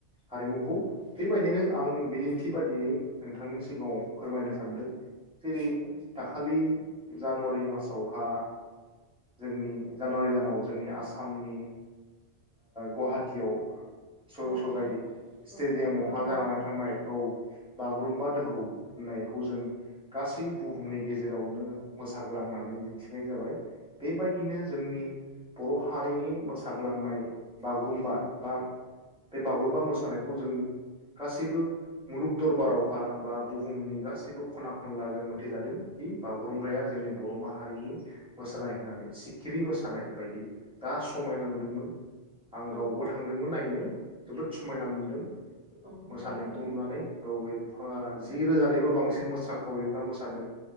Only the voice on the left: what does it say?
उम
औ
बागुरुम्बा
औ बागुरुम्बा दोहौ
औ
औ
औ
नंगौ नोंथां।
औ